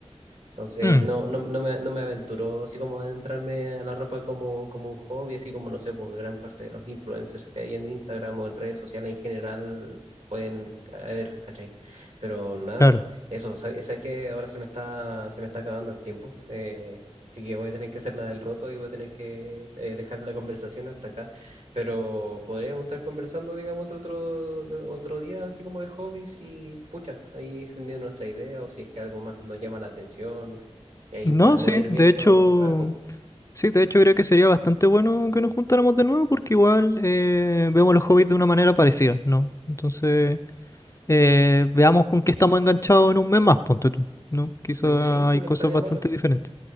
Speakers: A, on the right; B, on the left.
A: Entonces
B: Mm,
A: no, no, no me, no me aventuró así como a adentrarme a la ropa como, como un hobby, así como no sé, porque gran parte de los influencers que hay en Instagram o en redes sociales en general pueden ca- ver, ¿cachai? Pero nada,
B: claro.
A: eso, ¿sabes, sabes que ahora se me está, se me está acabando el tiempo? Eh, así que voy a tener que hacer la del roto y voy a tener que eh, dejar la conversación hasta acá. Pero podríamos estar conversando, digamos, de otro, de otro día, así como de hobbies y pucha, ahí extendiendo nuestra idea o si es que algo más nos llama la atención, y ahí
B: No,
A: podemos
B: sí,
A: ir
B: de
A: viendo
B: hecho.
A: algo.
B: Sí, de hecho creo que sería bastante bueno que nos juntáramos de nuevo porque igual eh, vemos los hobbies de una manera parecida, ¿no? Entonces, eh, veamos con qué estamos enganchados en un mes más, ponte tú, ¿no? Quizá
A: Mm, Sí, pues
B: hay
A: no
B: cosas
A: estaría
B: bastante
A: malo.
B: diferentes.